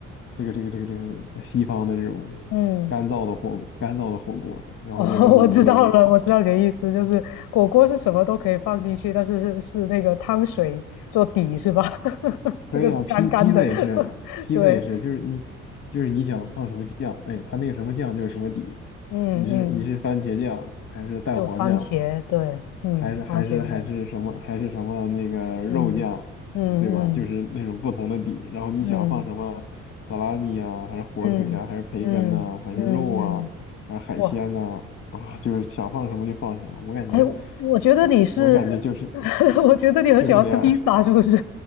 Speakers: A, on the left; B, on the left.
A: 这个这个这个这个西方的这种干燥的火干燥的火锅，
B: 嗯嗯。
A: 然后就扔炉子里一烤。
B: <laughs> 哦，我知道了，我知道你的意思，就是火锅是什么都可以放进去，但是是是那个汤水做底是吧？<laughs> 这个是干干的，
A: 对呀，披披萨也是，
B: <laughs>
A: 披萨也是，
B: 对，
A: 就是你就是你想放什么酱，哎，它那个什么酱就是什么底，
B: 嗯嗯，
A: 你是你是番茄酱还是蛋黄酱，
B: 就番茄，对，嗯，
A: 还是还是还是什么还是什么那个肉酱，
B: 番茄味，嗯嗯嗯
A: 嗯对吧？就是那种不同的底，然后你想放什么萨拉米啊，
B: 嗯
A: 还是火腿啊，
B: 嗯嗯嗯嗯，
A: 还是培根呐、还是肉啊，还是海鲜呐、
B: 哇，
A: 啊，就是想放什么就放什么，我感觉
B: 哎，我觉得你是，
A: 嗯我感觉就是
B: <laughs> 我觉得你很喜欢吃披萨，
A: 就是这样。
B: 是不是？